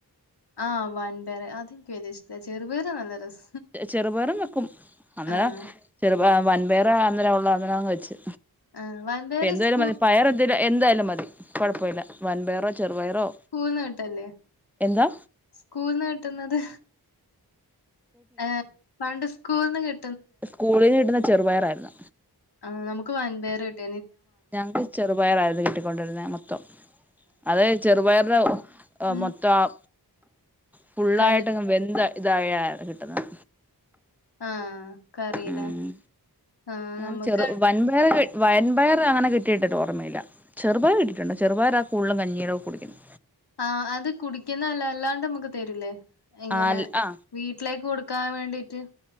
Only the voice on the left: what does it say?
ആഹ് വൻ പേരെ അതെനിക്ക് വല ഇഷ്ട ചെറുപേരെ നല്ല രസം
ആഹ്
ആഹ് വൻപയറ്
സ്കൂൾ
സ്കൂൾന്ന് കിട്ടല്ലേ
സ്കൂൾന്ന് കിട്ടുന്നത് ആഹ പണ്ട് സ് കൂന്ന് കി
ആ നമുക്ക് വൻപയറാ കിട്ടിയേ
ഉം
കൽ
ആ കറില്ലേ
ആഹ്
നമുക്ക്
ആ അത് കുടിക്കുന്നതല്ല അല്ലാണ്ട് നമ്മുക്ക് തരൂലേ ഇങ്ങനെ
വീട്ടിലേക്ക് കൊടുക്ക എക്കാൻ വേണ്ടീട്ട്